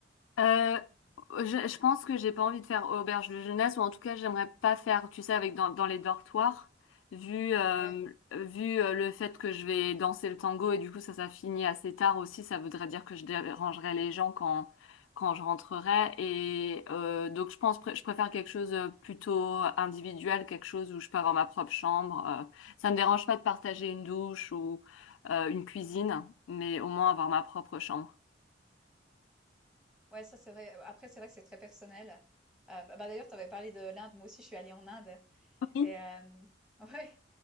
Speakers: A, on the left; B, in the centre.
A: Euh, je, je pense que j'ai pas envie de faire auberge de jeunesse, ou en tout cas, j'aimerais pas faire, tu sais, avec dans, dans les dortoirs, vu, euh,
B: Ouais.
A: vu euh, le fait que je vais danser le tango et du coup, ça, ça finit assez tard aussi. Ça voudrait dire que je dérangerais les gens quand, quand je rentrerai. Et euh, donc, je pense, pré- je préfère quelque chose euh, plutôt individuel, quelque chose où je peux avoir ma propre chambre. Euh, ça me dérange pas de partager une douche ou euh, une cuisine, mais au moins avoir ma propre chambre.
B: Ouais, ça c'est vrai. Après c'est vrai que c'est très personnel. Hem, bah, d'ailleurs tu avais parlé de l'Inde. Moi aussi je suis allée en Inde
A: Oui,
B: et hem <laughs> ouais.